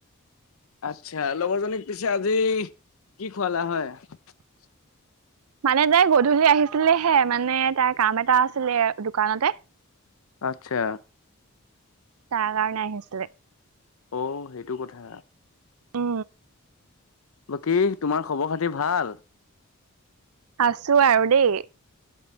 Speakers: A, on the left (about 70°); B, on the right (about 80°).
A: আচ্ছা। লগৰজনীক পিছে আজি কি খুৱালা হয়? <inaudible>
B: মানে যে গধূলি আহিছিলেহে মানে তাইৰ কাম এটা আছিলে দোকানতে।
A: আচ্ছা
B: তাৰ কাৰণে আহিছিলে।
A: অঁ সেইটো কথা।
B: অ
A: বাকী তোমাৰ খবৰ খাতি ভাল?
B: আছো আৰু দেই।